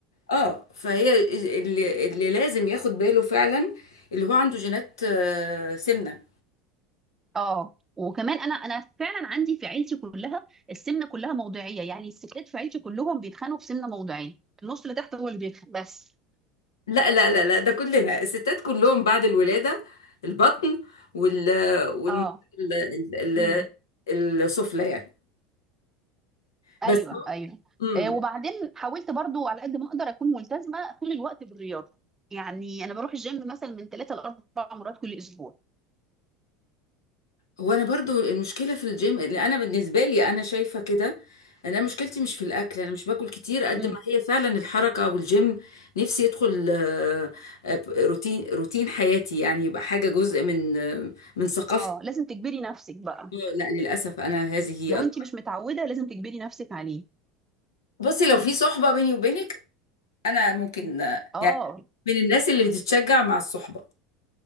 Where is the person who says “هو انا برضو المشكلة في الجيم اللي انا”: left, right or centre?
Left